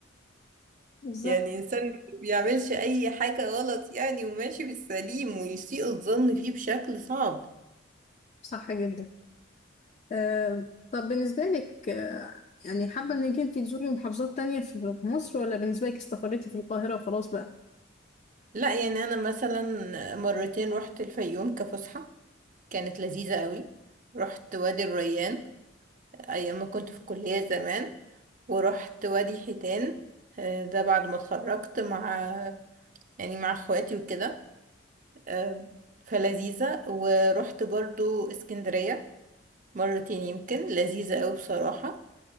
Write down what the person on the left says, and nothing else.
بالظبط
صح جدا أه طب بالنسبة لك آه، يعني حابة انك انت تزوري محافظات تانية في في مصر ولا بالنسبة لك استقريتي في القاهرة وخلاص بقى